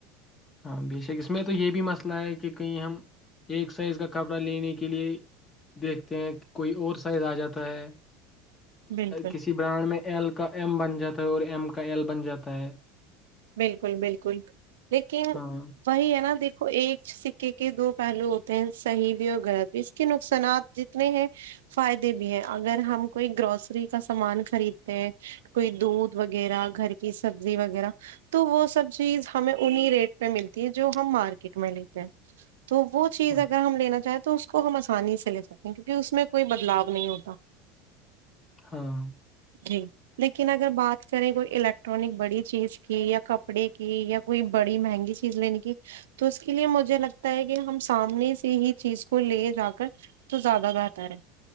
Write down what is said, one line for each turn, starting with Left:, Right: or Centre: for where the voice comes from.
Left: ہاں بے شک اس میں تو یہ بھی مسئلہ ہے کہ کہیں ہم ایک سائز کا کپڑا لینے کے لیئے دیکھتے ہیں کوئی اور سائز آ جاتا ہے
Right: بالکل
Left: کسی برانڈ میں ایل کا ایم بن جاتا ہے اور ایم کا ایل بن جاتا ہے
Right: بالکل بالکل لیکن
Left: ہاں
Right: وہی ہے نا دیک ایک سکے کے دو پہلو ہوتے ہیں صحیح بھی اور غلط بھی اس کے نقصانات جتنے ہیں فائدے بھی ہیں اگر ہم کوئی گروسری کا سامان خریدتے ہیں کوئی دودھ وغیرہ گھر کی سبزی وغیرہ تو وہ سب چیز ہمیں انیں ریٹ پہ ملتی ہے جو ہم مارکیٹ میں لیتے ہیں تو وہ چیز
Left: ہاں
Right: اگر ہم لینا چاہیں تو تو اس کو ہم آسانی سے لے سکتے ہیں کیونکہ اس میں کوئی بدلاؤ نہیں ہوتا
Left: ہاں
Right: جی لیکن اگر بات کریں کوئی الیکٹرانک بڑی چیز کی یا کپڑے کی یا کوئی بڑی مہنگی چیز لینے کی تو اس کے لیے مجھے لگتا ہے کہ ہم سامنے سے ہی چیز کو لے جا کر تو زیادہ بہتر ہے